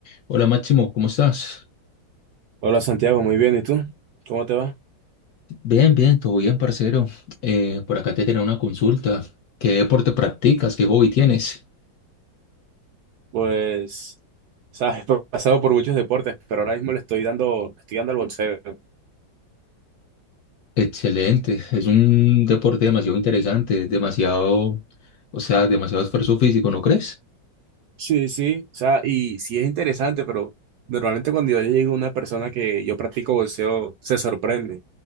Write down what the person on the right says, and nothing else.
Hola Santiago, muy bien. ¿Y tú? ¿Cómo te va?
Pues, sabes, he pasado por muchos deportes, pero ahora mismo le estoy dando, le estoy dando al boxeo.
Sí, sí, o sea, y sí es interesante, pero normalmente cuando yo llego a una persona que yo practico boxeo, se sorprende.